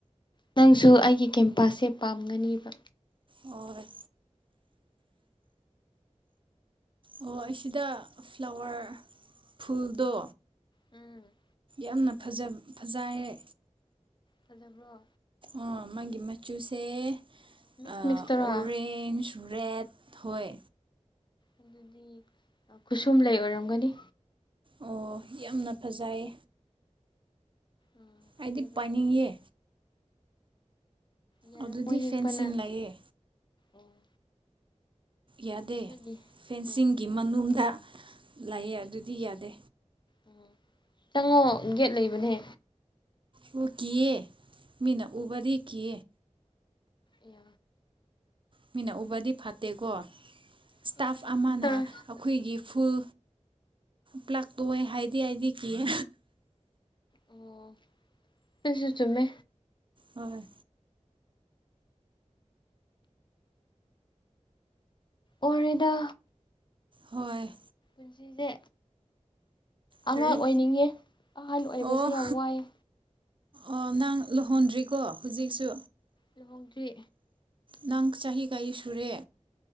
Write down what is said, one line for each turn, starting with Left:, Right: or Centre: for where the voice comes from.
Left: ꯅꯪꯁꯨ ꯑꯩꯒꯤ ꯀꯦꯝꯄꯥꯁꯁꯦ ꯄꯥꯝꯒꯅꯦꯕ
Right: ꯍꯣꯏ ꯑꯣ ꯑꯩ ꯁꯤꯗ ꯐ꯭ꯂꯥꯋꯔ ꯐꯨꯜꯗꯣ
Left: ꯎꯝ
Right: ꯌꯥꯝꯅ ꯐꯖ ꯐꯖꯥꯏꯔꯦ
Left: ꯐꯖꯕ꯭ꯔꯣ
Right: ꯑꯣ ꯃꯥꯒꯤ ꯃꯆꯨꯁꯦ
Left: ꯃꯤꯛꯁ
Right: ꯑꯣꯔꯦꯟꯖ
Left: ꯃꯤꯛꯁ ꯇꯔꯥ
Right: ꯔꯦꯠ ꯍꯣꯏ
Left: ꯑꯗꯨꯗꯤ ꯈꯨꯠꯁꯨꯨꯝ ꯂꯩ ꯑꯣꯏꯔꯝꯒꯅꯤ
Right: ꯑꯣ ꯌꯥꯝꯅ ꯐꯖꯩ
Left: ꯎꯝ ꯈꯖꯄꯅꯤ
Right: ꯑꯩꯗꯤ ꯄꯥꯏꯅꯤꯡꯉꯦ
Left: ꯑꯗꯨ ꯂꯩ ꯌꯥꯔꯝꯃꯣꯏ
Right: ꯑꯗꯨꯗꯤ
Left: ꯍꯦꯛꯄꯅ
Right: ꯐꯦꯟꯁꯤꯡ ꯂꯩꯌꯦ
Left: ꯑꯣ
Right: ꯌꯥꯗꯦ
Left: ꯅꯣꯏꯒꯤ
Right: ꯐꯦꯟꯁꯤꯡꯒꯤ
Left: ꯎꯝ
Right: ꯃꯅꯨꯡꯗ ꯂꯥꯛꯑꯦ ꯑꯗꯨꯗꯤ ꯌꯥꯗꯦ
Left: ꯎ ꯆꯪꯉꯣ ꯒꯦꯠ ꯂꯩꯕꯅꯦ
Right: ꯑꯣ ꯀꯑ ꯃꯤꯅ ꯎꯕꯗꯤ ꯀꯦ
Left: ꯏ
Right: ꯃꯤꯅꯛ ꯎꯕꯗꯤ ꯐꯠꯇꯦꯀꯣ
Left: ꯑꯦ
Right: ꯏꯁꯇꯥꯐ
Left: ꯀꯩꯁꯨ
Right: ꯑꯃꯅ
Left: ꯇꯧꯔꯣꯏ
Right: ꯑꯩꯈꯣꯏꯒꯤ ꯐꯨꯜ ꯄ꯭ꯂꯥꯛꯇꯣꯋꯦ ꯍꯥꯏꯗꯤ ꯍꯥꯏꯗꯤ ꯀꯤꯑꯦ
Left: ꯑꯣ ꯑꯩꯁꯨ ꯆꯨꯝꯃꯦ
Right: ꯍꯣꯏ
Left: ꯑꯣꯏꯗ
Right: ꯍꯣꯏ
Left: ꯁꯤꯁꯦ ꯑꯉꯥꯡ
Right: ꯀꯔꯤ
Left: ꯑꯣꯏꯅꯤꯡꯉꯦ ꯑꯍꯜ ꯑꯣꯏꯕꯁꯦ
Right: ꯑꯣ
Left: ꯌꯥꯝ ꯋꯥꯏꯑꯦ
Right: ꯑꯣ ꯅꯪ ꯂꯨꯍꯣꯟꯗ꯭ꯔꯤꯀꯣ ꯍꯧꯖꯤꯛꯁꯨ
Left: ꯂꯨꯍꯧꯗ꯭ꯔꯤ
Right: ꯅꯪ ꯆꯍꯤꯒꯥꯏ ꯁꯨꯔꯦ